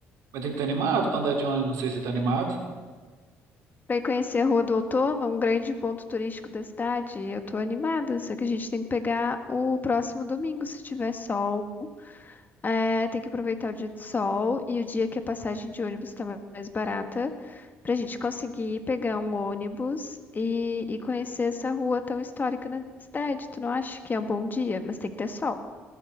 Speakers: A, on the right; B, on the left.
A: Mas tem que estar animado pra andar de ônibus, não sei se você tá animado.
B: Vai conhecer a Rua do Outono, um grande ponto turístico da cidade. Eu tô animada, só que a gente tem que pegar o próximo domingo, se tiver sol. É, tem que aproveitar o dia de sol e o dia que a passagem de ônibus tá ma- mais barata, pra gente conseguir pegar um ônibus e, e conhecer essa rua tão histórica na cidade. Tu não acha que é um bom dia? Mas tem que ter sol.